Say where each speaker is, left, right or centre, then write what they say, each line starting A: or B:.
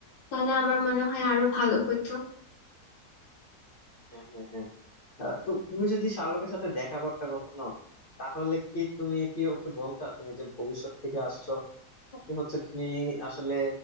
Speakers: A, on the left; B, on the left.
A: তাহলে আমার মনে হয় আরো ভালো হতো
B: হ্যাঁ হ্যাঁ হ্যাঁ আহ, তো তুমি যদি শাহরুখের সাথে দেখা করতে কখনো তাহলে কি তুমি কি ওকে বলতা তুমি যে ভবিষ্যৎ থেকে আসছো নাকি হচ্ছে তুমি আসলে